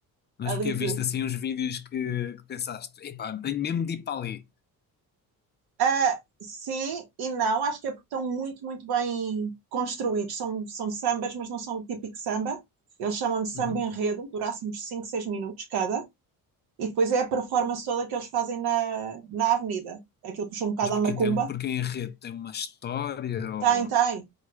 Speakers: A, on the left (about 30°); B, on the right (about 85°).
A: mas
B: ali
A: porque
B: de
A: viste assim uns vídeos que, que pensaste, epá, tenho mesmo de ir para ali.
B: Ah, sim e não, acho que é porque estão muito, muito bem construídos. São, são sambas, mas não são o típico samba. Eles chamam de samba
A: Uhum.
B: enredo, durasse uns 5 6 minutos cada. E depois é a performance toda que eles fazem na, na avenida. Aquilo puxa um bocado
A: Mas porque,
B: à macumba.
A: tem, porque em rede tem uma história ou...
B: Tem, tem,